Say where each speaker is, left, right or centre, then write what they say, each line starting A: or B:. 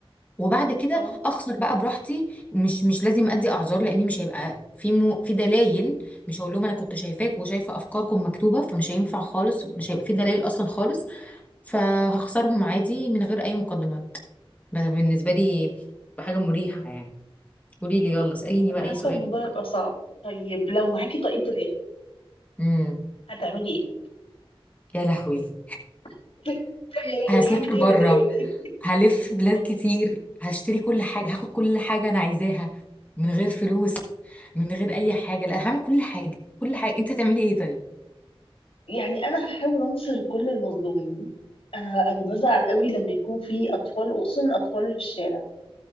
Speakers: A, on the left; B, on the left.
A: وبعد كده
B: اه
A: اخسر بقى براحتي مش مش لازم ادي اعذار لاني مش هيبقى في مو في دلائل مش هقول لهم انا كنت شايفاك وشايفه افكاركم مكتوبه فمش هينفع خالص مش هيبقى في دلائل اصلا خالص فهخسرهم عادي من غير اي مقدمات ده بالنسبه لي حاجه مريحه يعني قولي لي يلا اساليني
B: انا
A: بقى
B: حاسة
A: اي سؤال
B: الموضوع يبقى صعب طيب لو معاكي طاقية الإخفاء
A: امم
B: هتعملي ايه؟
A: يا لهوي
B: <laughs> يا لهوي
A: هسافر
B: هعمل ايه
A: بره
B: ولا ايه ولا ايه
A: هلف بلاد
B: اه
A: كتير هشتري كل حاجة هاخد كل حاجة أنا عايزاها من غير فلوس من غير أي حاجة لا هعمل كل حاجة كل حاجة أنت هتعملي إيه طيب؟
B: يعني انا هحاول انصر كل المظلومين انا انا بزعل قوي لما يكون في اطفال وخصوصا الاطفال اللي في الشارع